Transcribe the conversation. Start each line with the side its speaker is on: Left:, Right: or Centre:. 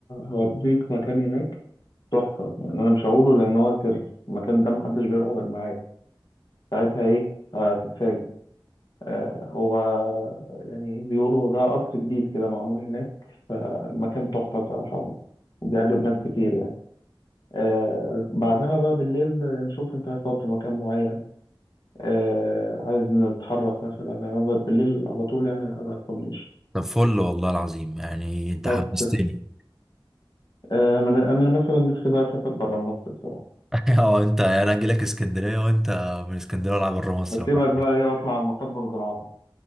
Left: هوديك مكان هناك تحفة يعني أنا مش هقوله لأن هو سر المكان ده محدش بيروحه غير معاك ساعتها إيه هتتفاجئ آه هو يعني بيقولوا ده قصر جديد كده معمول هناك فالمكان تحفة صراحة وبيعجب ناس كتير يعني آه بعدها بقى بالليل نشوف أنت عايز تقعد في مكان معين آه عايز نتحرك مثلا يعني أنا بالليل على طول يعني قاعد على الكورنيش
Centre: طب فل والله العظيم يعني انت
Left: بس
Centre: حمستني
Left: آه ما أنا أنا مثلا نفسي بقى أسافر برا مصر بصراحة
Centre: <laughs> اه انت يعني انا اجي لك اسكندرية وانت من اسكندرية ولا بره مصر
Left: بسيبك
Centre: <laughs>
Left: بقى إيه وأطلع على مطار برج العرب